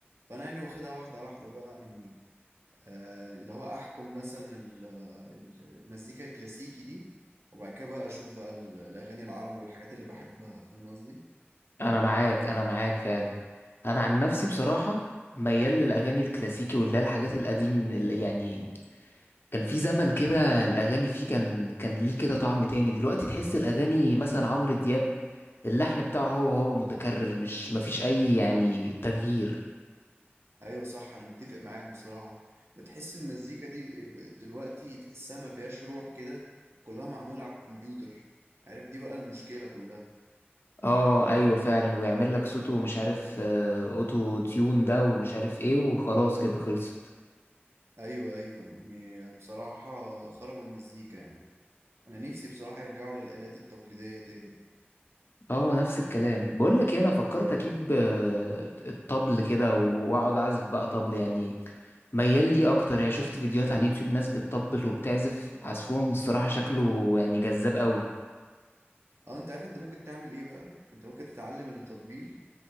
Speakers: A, on the right; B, on the left.
A: فانا يعني واخدها واحدة واحدة بقى يعني آه، اللي هو احكم مثلا ال- ال- المزيكا الكلاسيكي دي وبعد كده بقى اشوف بقى ال- الاغاني العربي والحاجات اللي بحبها فاهم قصدي
B: انا معاك انا معاك فعلا انا عن نفسي بصراحه ميال للاغاني الكلاسيكي واللي هي الحاجات القديم ال- يعني كان في زمن كده الاغاني فيه كان كان ليه كده طعم تاني دلوقتي تحس الاغاني مثلا عمرو دياب اللحن بتاعه هو هو متكرر مش مفيش اي يعني تغيير
A: ايوه صح انا متفق معاك بصراحه بتحس المزيكا دي دلوقتي تحسها ما فيهاش روح كده كلها معموله على الكمبيوتر عارف دي بقى المشكله كلها
B: اه ايوه فعلا ويعمل لك صوته مش عارف آه، اوتو تيون ده ومش عارف ايه وخلاص كده خلصت
A: ايوه ايوه يعني بصراحه خربوا المزيكا يعني انا نفسي بصراحه يرجعوا للالات التقليديه تاني
B: اه نفس الكلام بقول لك إيه، انا فكرت اجيب آه، الطبل كده واقعد اعزف بقى طبل يعني ميال لي اكتر يعني شفت فيديوهات على اليوتيوب ناس بتطبل وبتعزف عزفهم الصراحة شكله يعني جذاب قوي
A: اه انت عارف انت ممكن تعمل ايه بقى انت ممكن تتعلم التطبيل